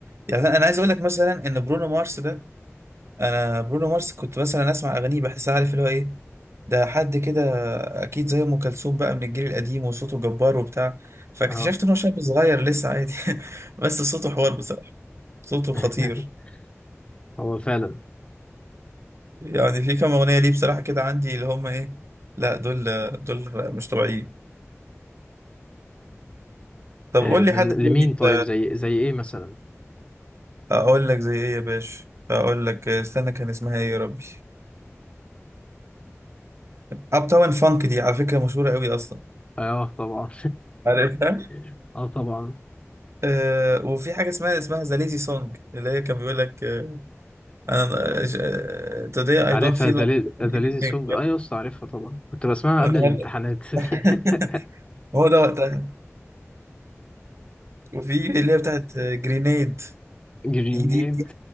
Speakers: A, on the right; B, on the left.
A: يعني أنا عايز أقول لك مثلا إن برونو مارس ده أنا برونو مارس كنت مثلا أسمع أغانيه بحسها عارف اللي هو إيه ده حد كده اكيد زي ام كلثوم بقى من الجيل القديم وصوته جبار وبتاع فاكتشفت
B: اه
A: ان هو شاب صغير لسه عادي <laughs> بس صوته حوار بصراحه صوته
B: <laughs>
A: خطير
B: هو فعلا
A: يعني في كام اغنيه ليه بصراحه كده عندي اللي هم ايه لا دول دول مش طبيعيين طب
B: آه،
A: قول
B: بن-
A: لي حد تاني
B: لمين
A: انت
B: طيب زي زي ايه مثلا
A: اقول لك زي ايه يا باشا اقول لك استنى كان اسمها ايه يا ربي اب تاون فانك دي على فكره مشهوره قوي اصلا
B: اه طبعا
A: عارفها
B: <laughs> اه طبعا
A: آه وفي حاجه اسمها اسمها ذا ليزي سونج اللي هي كان بيقول لك انا today I
B: عارفها
A: don't feel
B: دليل
A: like doing
B: دليل
A: anything.
B: سونج اه يا اسطى عارفها طبعا كنت بسمعها
A: أنا
B: قبل
A: النهارده
B: الامتحانات
A: <laughs>
B: <laughs>
A: هو ده وقتها وفي اللي هي بتاعت جرينيد
B: جرينيد
A: دي دي دي,